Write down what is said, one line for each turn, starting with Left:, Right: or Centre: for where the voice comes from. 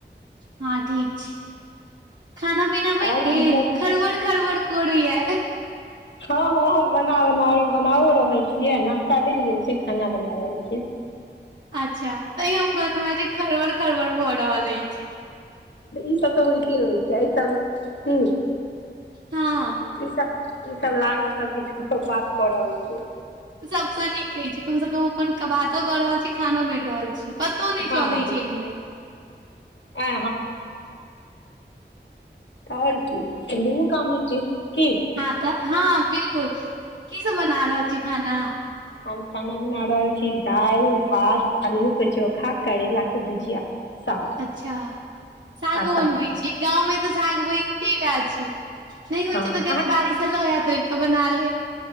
Right: हँ ठीक छी। खाना पीना बनि
Left: आओर
Right: गेल
Left: की सब
Right: खरबड़ - खरबड़ कोरये?
Left: हँ - हँ ह बना- बना बनाओ रहल छियै न नास्ता बनि गेल छै, खाना बना रहल छियै।
Right: अच्छा तइयो हम कहनो है जे खड़बड़ -खड़बड़ भऽ रहल अइछ।
Left: ई सब तऽ होइते रहैत छै, एई सम की।
Right: हँ
Left: ई सब ई सब लागल सब किछु बात कऽ, रहल छय।
Right: सभसँ नीक कहैत छै, कमसँ कम अपन बातो कऽ रहल छी खानो बइन रहल छी। पतो नई
Left: हँ
Right: चलै
Left: हँ
Right: छै, एहिमे <inaudible>
Left: आ ओर कि दुनू काम हेतै की।
Right: हँ तऽ हँ बिलकुल की सब बना रहल छी खाना
Left: हम खाना बना रहल छी, दाईल भात आलू के चोखा करैेलाक के भुजिया साग
Right: अच्छा सागो
Left: आ साग
Right: बनबे गाँव मे तऽ साग बाइनते टा छी, नइ होइ
Left: हँ
Right: छै तऽ
Left: हँ
Right: कनि बारि स त लोया तोड़िके बना ले